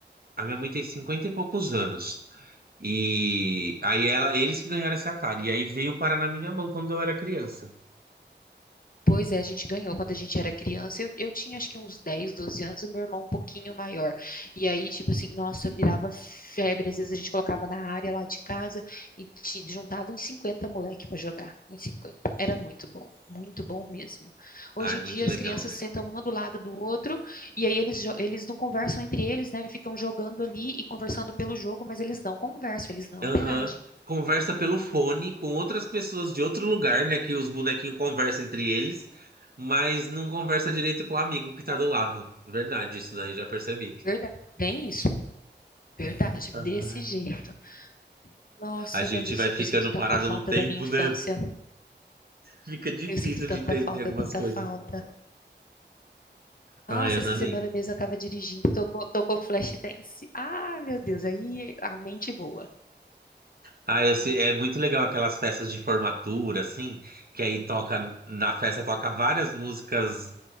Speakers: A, on the right; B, on the left.
A: a minha mãe tem 50 e poucos anos. E aí ela, eles que ganharam esse Atari. E aí veio parar na minha mão quando eu era criança.
B: Pois é, a gente ganhou quando a gente era criança. Eu, eu tinha acho que uns 10 12 anos, e meu irmão um pouquinho maior. E aí, tipo assim, nossa, virava febre. Às vezes a gente colocava na área lá de casa e te juntava uns 50 moleque pra jogar. Uns cinquenta Era muito bom, muito bom mesmo. Hoje
A: Ai,
B: em
A: muito
B: dia
A: legal,
B: as crianças
A: né?
B: sentam uma do lado do outro e aí eles, jo- eles não conversam entre eles, né? Ficam jogando ali e conversando pelo jogo, mas eles não conversam, eles não
A: Aham.
B: interagem.
A: Conversa pelo fone com outras pessoas de outro lugar, né? Que os bonequinhos conversam entre eles, mas não conversa direito com o amigo que tá do lado. Verdade, isso daí já percebi.
B: Verdade. Bem isso, verdade,
A: Ai.
B: desse jeito. Nossa,
A: A gente
B: mas eu,
A: vai
B: sin-
A: ficando
B: eu sinto tanta
A: parado
B: falta
A: no tempo,
B: da minha infância.
A: né? Fica difícil
B: Eu sinto
A: de
B: tanta
A: entender
B: falta,
A: algumas
B: tanta
A: coisas.
B: falta.
A: Ai,
B: Nossa,
A: eu
B: essa
A: também.
B: semana mesmo eu tava dirigindo, tocou, tocou Flashdance. Ah, meu Deus, aí a mente voa.
A: Ah, eu sei- é muito legal aquelas festas de formatura, assim, que aí toca, na festa toca várias músicas